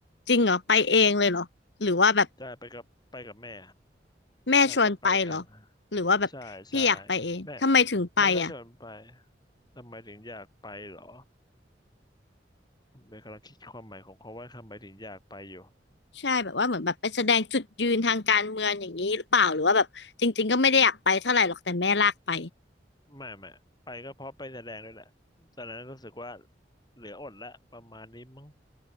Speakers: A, on the left (about 70°); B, on the left (about 25°).
A: จริงเหรอไปเองเลยเหรอหรือว่าแบบ
B: ได้ไปกับไปกับแม่
A: แม่ชวนไปเหรอ
B: บ้านก็ไปกัน
A: หรือว่าแบบพี่อยากไปเองทำไมถึงไปอ่ะ
B: ใช่ใช่แม่แม่ก็ชวนไปทำไมถึงอยากไปเหรอเบนกำลังคิดความหมายของคำว่าทำไมถึงอยากไปอยู่
A: ใช่แบบว่าเหมือนแบบไปแสดงจุดยืนทางการเมืองอย่างนี้หรือเปล่าหรือว่าแบบจริงๆก็ไม่ได้อยากไปเท่าไหร่หรอกแต่แม่ลากไป
B: ไม่ไม่ไปก็เพราะไปแสดงด้วยแหละตอนนั้นรู้สึกว่าเหลืออดละประมาณนี้มั้ง